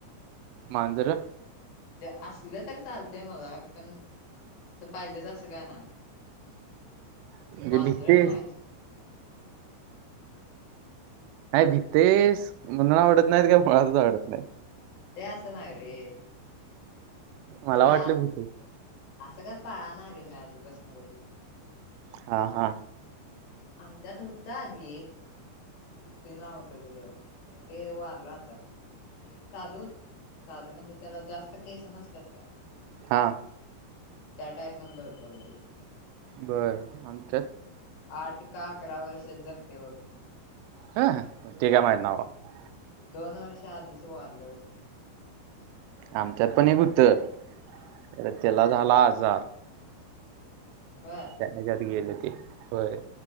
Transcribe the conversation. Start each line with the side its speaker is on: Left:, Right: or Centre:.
Right: मांजर
Left: म्हणजे असले तर चालतेय मला पण असं पाहिजेच असं का नाही
Right: म्हणजे
Left: मांजर
Right: भितेस
Left: न
Right: नाही भित्तेस मणून आवडत नाहीत का मुळातच आवडत नाही
Left: य ते असस ना य रे
Right: मला
Left: रे
Right: वाटलं भितेस
Left: असं काय पाहणार रे मी आधी बसन कधी
Right: हा हा
Left: आमचा तर होता आधी एक दुसर नाव होतं त्याच खर ते वारला होता ते साधू साधू म्हणजे त्याला जास्त केस नसतात का
Right: हा
Left: त्या टाईप मधलं होतं बते
Right: बर आणि त्यात
Left: आठ का अकरा वर्षात जगते बघ
Right: ह मी टे काय
Left: हा
Right: माहित नाही बाबा
Left: दोन वर्ष आधीच वारलं
Right: आमच्यात पण एक होतं
Left: हा
Right: त्याला झाला आजार
Left: होय
Right: त्याच्यात गेले ते होय